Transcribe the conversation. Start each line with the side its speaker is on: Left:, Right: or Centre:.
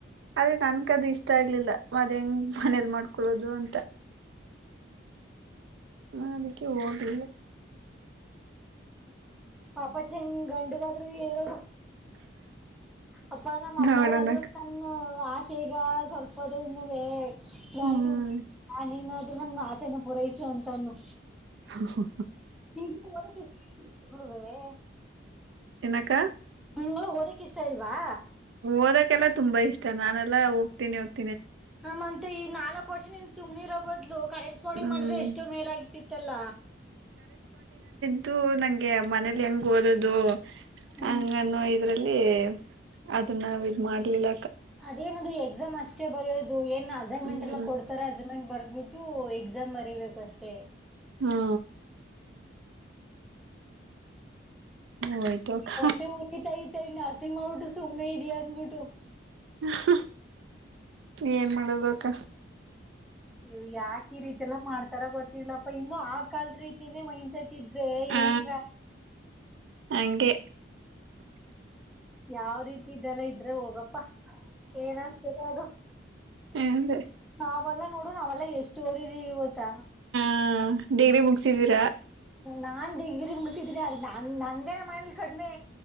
Right: ಆದ್ರೆ ನನ್ಕದು ಇಷ್ಟ ಆಗ್ಲಿಲ್ಲ ಮದ್ ಹೆಂಗ ಮನೇಲ್ ಮಾಡ್ಕೊೊಳ್ಳೋದು ಅಂತ ಹ ಅದಕ್ಕೆ ಓದಿಲ್ಲ
Centre: ಪಾಪ ಚೆಂದ ಗಂಡುಗಾದ್ರು ಏರು ಅಪ್ಪ ನಮ್ಮ ಅಪ್ಪ
Right: ನೋಡೋಣಕ್ಕ
Centre: ಅವರಾದ್ರು ನನ್ನ ಆ ಈಗ ಸ್ವಲ್ಪದ್ರ ಇನ್ನು ಬೇ <unintelligible>
Right: ಹ್ಮ್
Centre: ನನ್ನ ಆಸೆನ ಪೂರೈಸು ಅಂತ ಅನ್ನು
Right: ಹಾ ಹಾ
Centre: <unintelligible>
Right: ಏನಕ್ಕ
Centre: ನಿಂಗಳು ಓದಕಿಷ್ಟ ಇಲ್ವಾ
Right: ಓದಕ್ಕೆೆಲ್ಲಾ ತುಂಬಾ ಇಷ್ಟ ನಾನೆಲ್ಲ ಹೋಗ್ತೀನಿ ಹೋಗತ
Centre: ಹಂತತ್ ಈ ನಾಲ್ಕು ವರ್ಷನ್ ಸುಮ್ನಿರು ಹೂ ಮದ್ಲು ಕರೆಟ್ಸ್ಪಂಡಿಂಗ್
Right: ಹ್ಮ್
Centre: ಮಾಡಿದ್ರೆ ಎಷ್ಟು ಮೇಲ ಆಗ್ತಿತ್ತಲ್ಲ
Right: ಇತ್ತು ನಂಗೆ ಮನೇಲಿ ಹೆಂಗ ಓದೋದು
Centre: ಹ್ಮ್
Right: ಹಂಗ ನ ಇ ಇದ್ರಲ್ಲಿ ಅದನ್ನ ನಾವ ಇದ ಮಾಡ್ಲಿಲ್ಲ
Centre: ಅದೇನದು ಎಕ್ಸಾಮ್ ಅಷ್ಟೇ ಬರೆಯೋದು ಏನ್ ಅಸೈನ್ಮೆಂಟ್
Right: ಹ್ಮ್
Centre: ಎಲ್ಲಾ ಕೊಡ್ತಾರೆ ಅಸೈನ್ಮೆಂಟ್ ಬರದು ಬಿಟ್ಟು ಎಕ್ಸಾಮ್ ಬರಿೀಬೇಕು ಅಷ್ಟೇ
Right: ಹಾ ಹೋಯ್ತು ಅಕ್ಕ
Centre: ಮತ್ತೆ ಊತ ಇತ ಈ ನ ಸಿಂಗಬಊಟ್ಟು ಸುಮ್ಮನೆ ಇದ ಅನ್ ಬಿಟ್ಟು
Right: ಹ ಏನ್ ಮಾಡದ ಅಕ್ಕ
Centre: ಇ ಯಾಕ ಈ ರೀತಿ ಎಲ್ಲಾ ಮಾಡ್ತಾರ ಗೊತ್ತಿಲ್ಲಪ್ಪ ಇನ್ನು ಆ ಕಾಲದ ರೀತಿನೇ ಮೈಂಡ್ಸೆಟ್ ಿದ್ರೆ
Right: ಹಾ
Centre: ಹೆಂಗ
Right: ಹಂಗೆ <inaudible> <unintelligible>
Centre: ಯಾವ ರೀತಿ ಇದೆಲ್ಲ ಇದ್ರೆ ಹೋಗಪ್ಪ ಏನಂತ ಹೇಳದು
Right: ಅದೇ
Centre: ಅವೆಲ್ಲ ನೋಡಣ ಅವೆಲ್ಲಾ ಎಷ್ಟು ಓದಿದೀವಿ ಇವತ್ತ
Right: ಹ್ಮ ಡಿಗ್ರಿ ಮುಗಸಿದೀರಾ
Centre: ನಾನ್ ಡಿಗ್ರಿ ಮುಡಿಸಿಿದನ ಅಂದೇನ ಮನೆಯಲ್ಲಿ ಕಡಿಮೆ